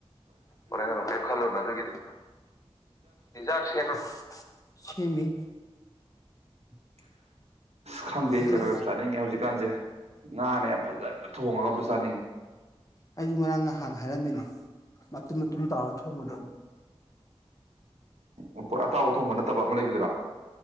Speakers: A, on the left (about 35°); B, on the right (about 90°).
A: ꯍꯣꯔꯦꯟ ꯍꯜꯂꯛ ꯀꯔꯤꯝ ꯈꯜꯂꯨꯅ ꯑꯗꯨꯒꯤꯗꯤ ꯏꯟꯖꯥꯡ ꯁꯦꯝꯈ꯭ꯔꯕꯥ ꯁꯦꯝꯃꯤ
B: ꯍꯥ ꯑꯁ ꯈꯪꯗꯦ ꯑꯩ
A: ꯑꯗꯨꯝ
B: ꯀꯩꯅꯣ ꯌꯥꯝ ꯆꯥꯅꯤꯡꯉꯦ ꯍꯧꯖꯤꯛꯀꯥꯟꯁꯦ ꯉꯥꯅꯦ ꯌꯥꯝ ꯐꯖꯟꯅ ꯊꯣꯡꯉꯒ ꯑꯃꯇ ꯆꯥꯅꯤꯡꯉꯤ
A: ꯑꯩꯁꯨ ꯉꯔꯥꯡ ꯅꯍꯥꯟ ꯍꯥꯏꯔꯝꯃꯤꯅꯦ ꯃꯇꯨꯝ ꯃꯇꯨꯝ ꯇꯥꯎꯔ ꯊꯣꯡꯕꯗꯣ
B: ꯎꯝ ꯄꯨꯔꯥ ꯑꯇꯥꯎꯕꯥ ꯊꯣꯡꯕ ꯅꯠꯇꯕ ꯑꯃ ꯂꯩꯕꯗꯨꯔꯥ